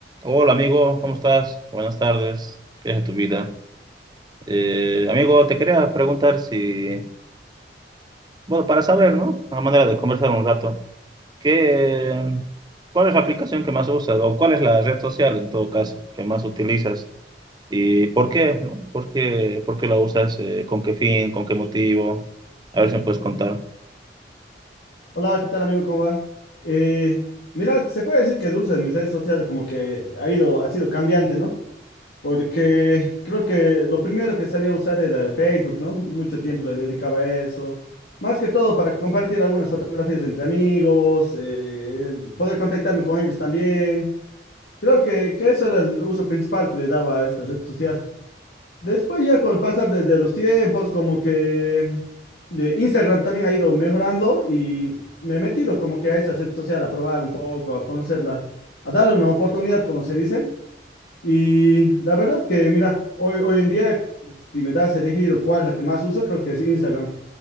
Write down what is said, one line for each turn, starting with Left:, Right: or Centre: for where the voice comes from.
Right: Hola amigo, ¿cómo estás? Buenas tardes, ¿qué es de tu vida? Eh, amigo, te quería preguntar si, bueno, para saber, ¿no? A manera de conversar un rato, ¿qué, cuál es la aplicación que más usas o cuál es la red social en todo caso que más utilizas y por qué, ¿no? ¿Por qué, por qué la usas? Eh, ¿con qué fin? ¿Con qué motivo? A ver si me puedes contar.
Left: Hola, ¿qué tal amigo? ¿Cómo va? Eh, mira, se puede decir que el uso de mis redes sociales como que ha ido, ha sido cambiante, ¿no? Porque creo que lo primero que sabía usar era el Facebook, ¿no? Mucho tiempo le dedicaba a eso. Más que todo para compartir algunas fotografías entre amigos, eh, poder contactarme con ellos también. Creo que, que eso era el uso principal que le daba a esta red social. Después ya con el pasar de, de los tiempos, como que de Instagram también ha ido mejorando y me he metido como que a esa red social a probar un poco, a conocerla, a darle una oportunidad, como se dice. Y la verdad que, mira, hoy, hoy en día, si me das a elegir cuál es la que más uso, creo que es Instagram,